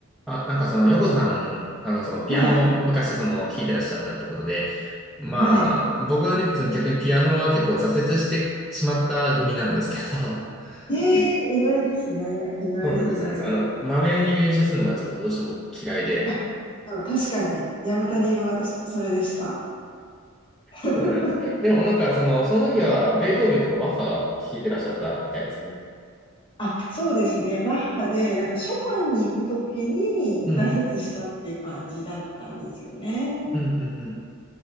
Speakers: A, in the centre; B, on the left.
A: あ、なんかその横田さん、あのそのピアノを昔その弾いてらっしゃったってことで、
B: はい。
A: まあ僕はね、
B: はい。
A: 別に逆にピアノは結構挫折してしまった組なんですけど、<laughs>
B: えー、
A: 実
B: 意外ですね。意外、
A: そうなんです、
B: 意外。
A: そうなんです。あの、まめに練習するのがちょっとどうしても嫌いで、
B: あ、でも確かに、やめた理由は私もそれでした。
A: はい。
B: <laughs>
A: そうなんです。でもなんかその、その時はベートーベンとかバッハ弾いてらっしゃったみたいですね。
B: あ、そうですね。バッハで、なんかショパンに行くときに挫折したっていう感じだったんですよね。
A: うん、うん、うん、うん。